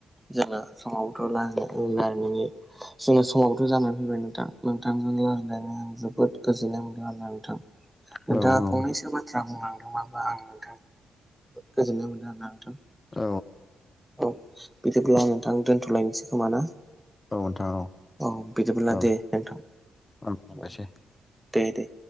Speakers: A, in the centre; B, on the left (about 20°).
A: जेला समाव बथ'ला <unintelligible> जोंना समाबोथ' जानानै फैबाय नोंथां नोंथांजों रायलायनानै आं जोबोद गोजोननाय मोनदों आरोना नोंथां।
B: औ
A: नोंथाङा
B: नोंथां
A: फंनैसो बाथ्रा बुंलांदों माबा आं जोबोद गोजोननाय मोनदों आरोना नोंथां
B: औ
A: औ औ। बिदिब्ला आं नोंथां दोन्थ'लायनोसै खोमा ना?
B: औ नोंथां
A: औ बिदिबोब्ला
B: औ औ
A: दे नोंथां।
B: हामबायसै।
A: औ दे दे।